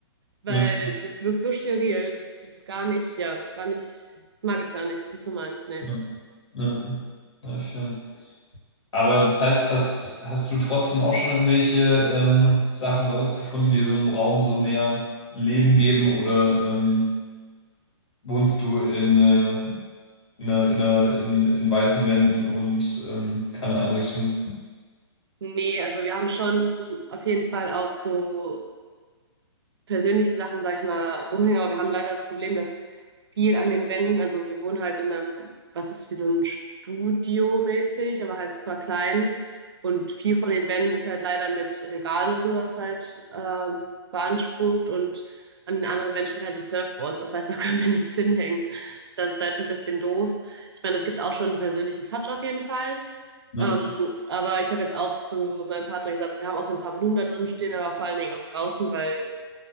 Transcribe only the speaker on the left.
ne,
ne, ne, ja, fair. Aber das heißt, hast, hast du trotzdem auch schon irgendwelche ähm, Sachen rausgefunden, die so einem Raum so mehr Leben geben? Oder ähm, wohnst du in, äh, in, einer, in, einer, in, in weißen Wänden und ähm, keine Einrichtung?
Ja.